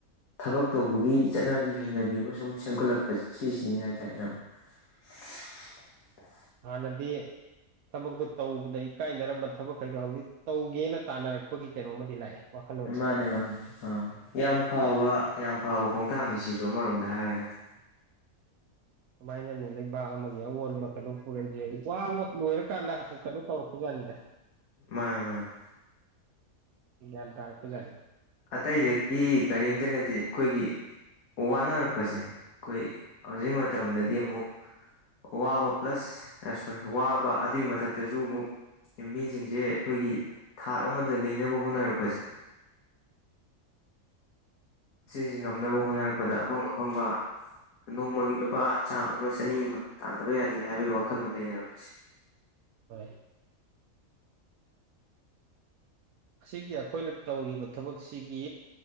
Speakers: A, on the left; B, on the right.
A: ꯊꯕꯛ ꯇꯧꯕꯒꯤ ꯆꯠꯅꯕꯤ ꯍꯩꯅꯕꯤ ꯑꯃ ꯁꯨꯝ ꯁꯦꯝꯒꯠꯂꯛꯄꯁꯦ ꯁꯤꯁꯤꯒꯤꯅꯦ ꯍꯥꯏ ꯇꯥꯔꯦ ꯏꯌꯥꯝꯕ <unintelligible>
B: ꯍꯥꯟꯅꯗꯤ ꯊꯕꯛꯇꯣ ꯇꯧꯕꯗ ꯏꯀꯥꯏꯅꯔꯝꯕ ꯊꯕꯛꯈꯩꯗꯣ ꯍꯧꯖꯤꯛ ꯇꯧꯒꯦꯅ ꯇꯥꯟꯅꯔꯛꯄꯒꯤ ꯀꯩꯅꯣꯝꯃꯗꯤ ꯂꯥꯛꯑꯦ ꯋꯥꯈꯜꯂꯣꯟꯁꯦ
A: ꯃꯥꯅꯦ ꯃꯥꯅꯦ ꯑ ꯌꯥꯝ ꯐꯕ ꯌꯥꯝ ꯐꯕ ꯈꯣꯡꯊꯥꯡꯅꯤ ꯁꯤꯁꯨ ꯑꯃꯔꯣꯝꯗ ꯍꯥꯏꯔꯒꯗꯤ
B: ꯁꯨꯃꯥꯏꯅꯅꯤ ꯂꯩꯕꯥꯛ ꯑꯃꯒꯤ ꯑꯑꯣꯟꯕ ꯀꯩꯅꯣ ꯄꯨꯔꯛꯏꯁꯦ ꯋꯥꯕ ꯂꯣꯏꯔꯀꯥꯟꯗ ꯀꯩꯅꯣ ꯇꯧꯔꯛꯄꯖꯥꯠꯅꯤꯗ
A: ꯃꯥꯅꯦ ꯃꯥꯅꯦ
B: ꯒ꯭ꯌꯥꯟ ꯇꯔꯛꯄꯖꯥꯠꯅꯤ
A: ꯑꯇꯩꯗꯒꯤ ꯀꯔꯤꯝꯇ ꯅꯠꯇꯦ ꯑꯩꯈꯣꯏꯒꯤ ꯋꯥꯅꯔꯛꯄꯁꯦ ꯑꯩꯈꯣꯏ ꯍꯧꯖꯤꯛ ꯃꯇꯝꯗꯗꯤ ꯑꯃꯨꯛ ꯋꯥꯕ ꯄ꯭ꯂꯁ ꯑ ꯁꯣꯔꯤ ꯋꯥꯕ ꯑꯗꯨꯏ ꯃꯊꯛꯇꯁꯨ ꯑꯃꯨꯛ ꯃꯤꯖꯤꯡꯖꯦ ꯑꯩꯈꯣꯏꯒꯤ ꯊꯥꯛ ꯑꯃꯗ ꯂꯩꯅꯕ ꯍꯣꯠꯅꯔꯛꯄꯖꯦ ꯁꯤꯖꯤ ꯉꯝꯅꯕ ꯍꯣꯠꯅꯔꯛꯄꯗ ꯑꯐꯪ ꯑꯐꯪꯕ ꯅꯣꯡꯃꯒꯤ ꯂꯨꯄꯥ ꯆꯥꯝꯃ ꯑꯃ ꯆꯅꯤ ꯑꯃ ꯇꯥꯟꯗꯕ ꯌꯥꯗꯦ ꯍꯥꯏꯕꯒꯤ ꯋꯥꯈꯜꯂꯣꯟ ꯂꯩꯅꯔꯛꯄꯁꯦ <inaudible>
B: ꯍꯣꯏ ꯑꯁꯤꯒꯤ ꯑꯩꯈꯣꯏꯅ ꯇꯧꯔꯤꯕ ꯊꯕꯛꯁꯤꯒꯤ